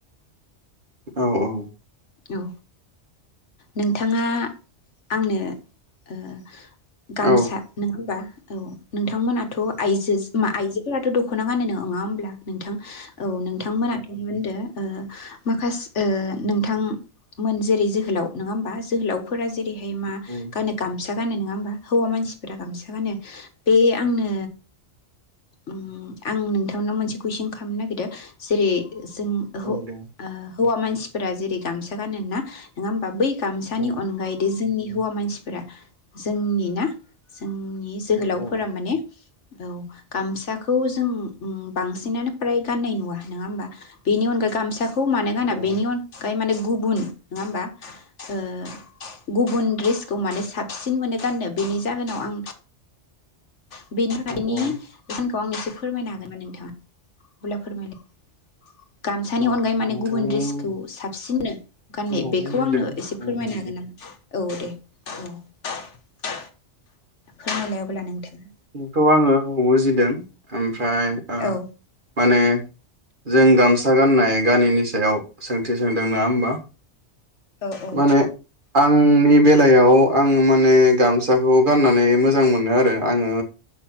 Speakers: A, on the right; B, on the left.
A: औ औ
B: औ नोंथाङा आंनो ओ गामसा
A: औ
B: नङा होमबा औ नों थांमोनाथ' आइजो आइजो फोराथ' दख'ना गानो नङा होमब्ला नोंथां औ नोंथांमोनाथ' मा होनदो ओ माखासे ओ नोंथां मोन जेरै जोहोलाव नङा होमबा जोहोलावफोरा जे हाय मा
A: उम
B: गानो गाम सा गानो नङा होमबा हौवा मानसिफोरा गामसा गानो बे आंनो उ आं नोंथांनाव मोनसे कुइसन खालामनो नागिरदों जेरै जों
A: औ
B: हो
A: दे
B: ओ हौवा मानसिफोरा जेरै गामसा गानो ना नङा होमबा बै गामसानि
A: औ
B: अनगायै दि जोंनि हौवा मानसिफोरा जोंनि ना जोंनि जोहोलावफोरा
A: औ औ
B: माने औ गामसाखौ जों बांसिनानो फ्राय गाननाय नुवा नङा होमबा बेनि अनगायै गामसा खौ मानो गोना
A: औ
B: बेनि अन गायै माने गुबुन नङा होमबा ओ गुबुन द्रिस खौ माने साबसिन मोनो गाननो बेनि जाहोनाव आं <unintelligible>
A: औ औ
B: खौ आंनो एसे फोरमायनो हागोन ना नोंथांङा अब्ला फोरमायलाय गामसानि
A: नोंथांनि
B: अनगायै माने गुबुन दड्रेसखौ साबसिननो गाननाय
A: औ
B: बेखौ
A: बुजिदों
B: आंनो एसे फोरमायनो
A: उम उम
B: हागोन नामा औ दे औ फोरमायलाय अब्ला नोंथाङा
A: खौ आङो बुजिदों ओमफ्राय
B: औ
A: माने जों गामसा गाननाय गाननिनि सायाव सोंथि सोंदों नङा होमबा
B: औ औ
A: माने आंनि बेलायाव आङो माने गामसा बेखौ गाननानै मोजां मोनो आरो आङो